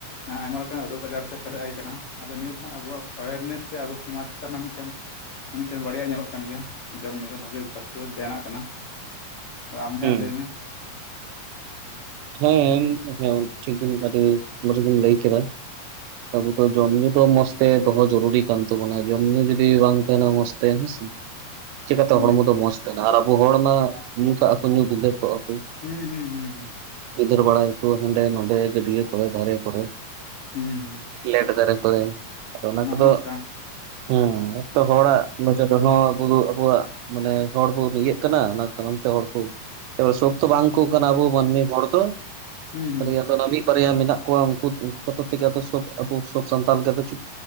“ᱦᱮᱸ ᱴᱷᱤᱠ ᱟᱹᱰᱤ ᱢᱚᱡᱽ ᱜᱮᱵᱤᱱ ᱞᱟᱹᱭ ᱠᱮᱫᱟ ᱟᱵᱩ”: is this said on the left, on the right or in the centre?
Right